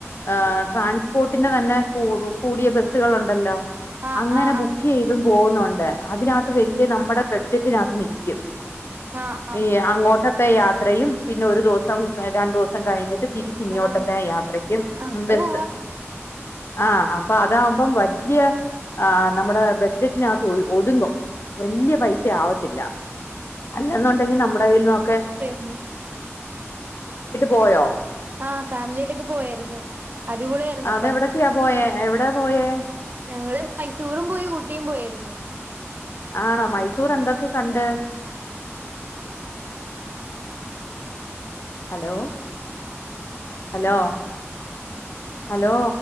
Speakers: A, on the left; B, on the right.
A: ഏ ട്രാൻസ്പോർട്ടിന്റെ തന്നെ കൂ കൂടിയ ബസ്സുകൾ ഉണ്ടല്ലോ
B: ആഹ്
A: അങ്ങനെ
B: ആഹ്
A: ബുക്ക്
B: ആഹ്
A: ചെയ്തും പോവുന്നൊ ണ്ട്. അതിനാത്ത് വല്യ നമ്മടെ ബഡ്ജറ്റിനാത്ത് നിക്കും.
B: ആഹ് ആഹ്
A: ഈ അങ്ങോട്ട് ത്തെ യാത്രയും പിന്നെ ഒരു ദിവസം രണ്ടു ദിവസം കഴിഞ്ഞിട്ട് തിരിച്ച് ഇങ്ങോട്ടത്തെ
B: ആഹ് ആഹ്
A: യാത്രക്കും
B: അങ്ങനെ
A: ബസ്സ്
B: പോവാ
A: ആ അപ്പൊ അതാവുമ്പം വല്യ ആ നമ്മുടെ ബഡ്ജറ്റിനകത്ത് ഒത് ഒതുങ്ങും വല്യ പൈസ ആവത്തില്ല അല്ലെന്നൊണ്ടെങ്കി നമ്മടെ കയ്യിൽന്നോക്കെ
B: മ്
A: പോയോ
B: ആ ഫാമിലിയായിട്ടൊക്കെ പോയാരുന്നു അത് പ്പ
A: അതെവിടൊക്കെയാ പോയേ എവിടാ പോയേ
B: ഞങ്ങള് മൈസൂറും പോയി ഊട്ടിയും പോയിരുന്നു.
A: ആണോ മൈസൂർ എന്തൊക്കെ കണ്ട്? ഹലോ ഹലോ ഹലോ